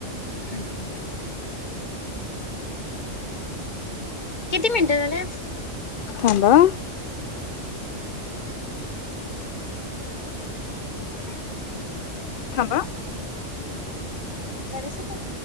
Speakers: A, on the left; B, on the left.
A: हम्. किती मिनिटं झालेत?
B: थांबा हं.
A: ब अ ते
B: थांबा.
A: साडिसकट?